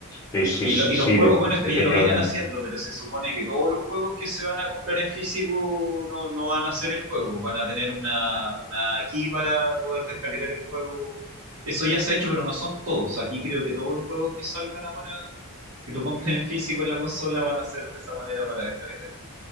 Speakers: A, on the left; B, on the right.
A: Sí, sí,
B: Y,
A: sí,
B: lo- y
A: sí,
B: los juegos, bueno, esto
A: definitivamente.
B: ya lo vienen haciendo, pero se supone que todos los juegos que se van a comprar en físico no, no van a hacer el juego, van a tener una, una key para poder descargar el juego. Eso ya se ha hecho, pero no son todos. Aquí creo que todos los juegos que salgan ahora, que tú compres en físico en la consola, van a ser de esa manera para descargar.